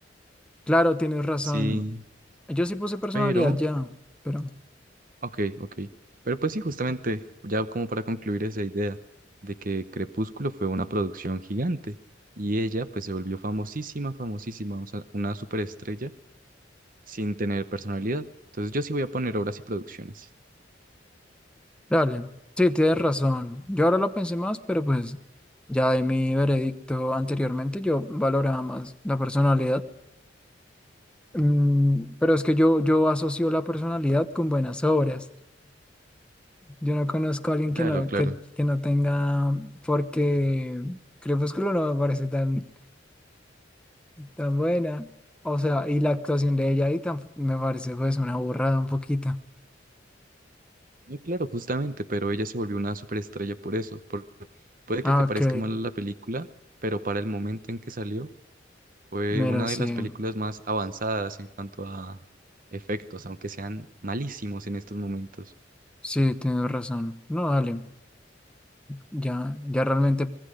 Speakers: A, in the centre; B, on the right (about 45°).
A: Claro, tienes razón.
B: Sí,
A: Yo sí puse personalidad
B: pero
A: ya, pero...
B: Ok, ok. Pero pues sí, justamente, ya como para concluir esa idea de que Crepúsculo fue una producción gigante y ella pues se volvió famosísima, famosísima, o sea, una superestrella sin tener personalidad. Entonces yo sí voy a poner obras y producciones.
A: Dale, sí, tienes
B: ¿Oí?
A: razón. Yo ahora lo pensé más, pero pues ya de mi veredicto anteriormente yo valoraba más la personalidad. Mm, pero es que yo, yo asocio la personalidad con buenas obras. Yo no conozco a alguien que
B: Claro,
A: no,
B: claro.
A: que, que no tenga, porque Crepúsculo no me parece tan, tan buena. O sea, y la actuación de ella ahí tam- me parece pues una burrada un poquito.
B: No, claro, justamente, pero ella se volvió una superestrella por eso. por- puede
A: Ah,
B: que te
A: ok,
B: parezca mala la película, pero para el momento en que salió Fue
A: mira,
B: una
A: sí,
B: de las películas más avanzadas en cuanto a efectos, aunque sean malísimos en estos momentos.
A: sí, tienes razón. No, dale. Ya, ya realmente